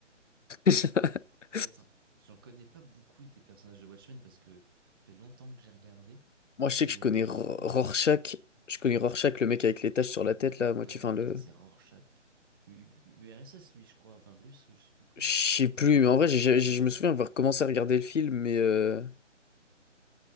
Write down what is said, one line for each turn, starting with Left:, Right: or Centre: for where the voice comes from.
Left: <laughs>
Right: Mais attends, j'en connais pas beaucoup des personnages de Watchmen parce que ça fait longtemps que j'ai regardé.
Left: Moi,
Right: Je
Left: je sais
Right: connais
Left: que je connais
Right: le
Left: R- Rorschach.
Right: hibou.
Left: Je connais Rorschach, le mec avec les taches sur la tête, là, Moi,
Right: Ouais,
Left: tu enfin,
Right: ah
Left: le,
Right: putain, c'est Rorschach. U- U- URSS, lui, je crois. Enfin, russe, je sais plus quoi.
Left: Je sais plus, mais en vrai, j'ai-
Right: Ah, je
Left: j'ai-
Right: sais
Left: je
Right: plus.
Left: me souviens avoir commencé à regarder le film, mais, euh,